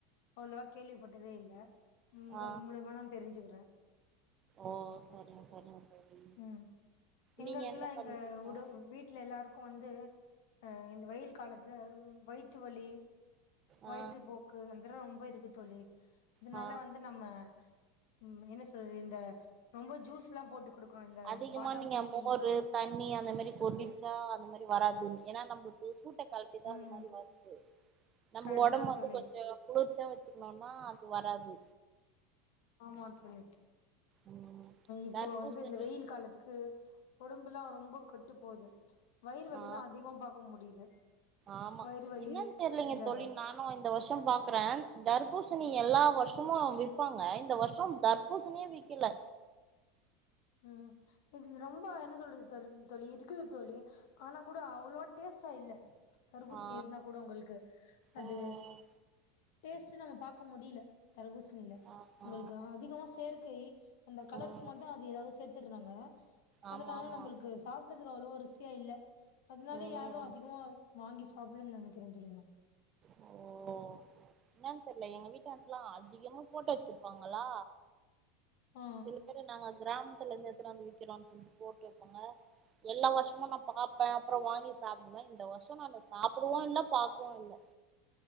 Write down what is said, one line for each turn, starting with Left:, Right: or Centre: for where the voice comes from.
Left: அவ்ளவா கேள்விப்பட்டதே இல்ல உங்க
Right: ஆ
Left: மூலமா தா தெரிஞ்சுக்குறே
Right: ஓ சரிங்க சரிங்க தோழி
Left: உம் எங்களுக்குலா
Right: நீங்க என்ன
Left: இங்க
Right: பண்ணிட்ருக்க
Left: உட வீட்ல எல்லாருக்கு வந்து அஹ் இந்த வெயில் காலத்துல வ்வயிற்று வலி வயிற்று
Right: ஆ
Left: போக்கு அந்ர ரொம்ப இருக் கு தோழி இதனால
Right: ஆ
Left: வந்து நம்ம உம் என்ன சொல்றது இந்த ரொம்ப ஜூஸ்ஸுலா போட்டு குடுக்கணு இந்த
Right: அதிகமா
Left: பாதாம்
Right: நீங்க
Left: கிஸ்னி
Right: மோரு தண்ணி அந்த மாரி குடிச்சா அந்த மாரி வராது ஏன்னா நமக்கு <unintelligible> கழட்டிதான்
Left: ம்
Right: அந்த மாரி வருது நம்ம
Left: கரெக்ட்
Right: உடம்பு
Left: தா
Right: வந்து
Left: தோழி
Right: கொஞ்சம் குளிர்ச்சா வச்சுக்கணும்னா அது வராது
Left: ஆமா தோழி
Right: ம்
Left: இப்போ
Right: தர்பூசணி
Left: வந்து இந்த வெயில் காலத்துக்கு உடம்புல்லாம் ரொம்ப விட்டு போகுது வயிறு வலிதா
Right: ஆ
Left: அதிகமா பாக்க முடியுது
Right: ஆமா
Left: வயிறு வலி
Right: என்னன்னு தெரியலங்க
Left: இந்த
Right: தோழி நானும் இந்த வருஷம் பாக்குறேன் தர் தர்பூசணி எல்லா வருஷமும் விப்பாங்க இந்த வருஷம் தர்பூசணியே விக்கில
Left: ம் இது ரொம்ப என்ன சொல்றது தோழி இருக்குது தோழி ஆனா கூட அவ்வளவா டேஸ்டா இல்ல தர்பூசணி
Right: ஆ
Left: இருந்தா கூட உங்களுக்கு அது
Right: ம்
Left: டேஸ்ட் நம்ம பாக்க முடியல தர்பூசணியில
Right: ஆ
Left: உங்களுக்கு
Right: ஆ
Left: அதிகமா சேர்க் கை அந்த கலருக்கு
Right: ம்
Left: மட்டும் அது ஏதாவது சேர்த்திருறாங்க
Right: ஆமா
Left: அதனால
Right: ஆமா
Left: நம்மளுக்கு சாப்பிட அது அவ்ளோ ருசியா இல்ல அதனால
Right: ம்
Left: யாரும் அதிகமா வாங்கி சாப்பிடும்னு நினைக்கிறேன் தோழி நான்
Right: ஓ என்னன்னு தெர்ல எங்க வீடான்லா அதிகம போட்டோ வச்சிருப்பாங்களா
Left: ஆ
Right: சில பேரு நாங்க அக் கிராமத்துலந்து எத்துணு வந்து விக்கிறோ சொல்ட்டு போட்டு வைப்பாங்க எல்லா வருஷமோ நா பாப்ப அப்றோ வாங்கி சாப்டுவே இந்த வருஷ நானு சாப்டடுவு இல்ல பாக்கவு இல்ல